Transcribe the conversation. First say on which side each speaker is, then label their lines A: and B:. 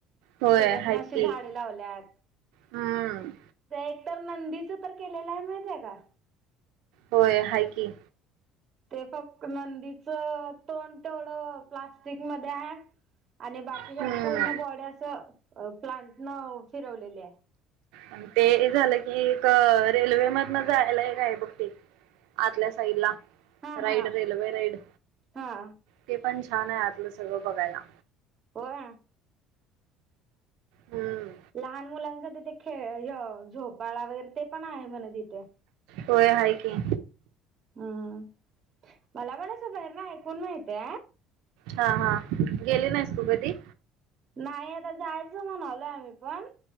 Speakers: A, on the right; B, on the right.
A: होय
B: त्याच्यातन
A: हाय
B: अशी
A: की
B: झाडे लावल्यात.
A: हम्म
B: ते तर नंदीच तर केलेलं हाय माहितेय का?
A: होय हाय की.
B: ते फक्त नंदीच तोंड तेवढं प्लास्टिक मध्ये आहे. आणि बाकी
A: हम्म.
B: पूर्ण बॉडी असं अ प्लांट न फिरवलेलीया.
A: अन ते झालं की, एक रेल्वे मधन जायला एक आहे बघ ते आतल्या साईड ला.
B: हा
A: राईड
B: हा
A: रेल्वे राईड
B: हा.
A: ते पण छाने आत लं सगळं बघायला.
B: होया.
A: हम्म
B: लहान मुलांचा हे य झोप पाळणा वगैरे ते पण आहे म्हणे तिथे
A: होय हाय कि
B: हम मला पण असं बाहेर ना ऐकून माहितय
A: हा हा गेले नाहीस तू कधी
B: नाही आता जायचं म्हणालोय आम्ही पण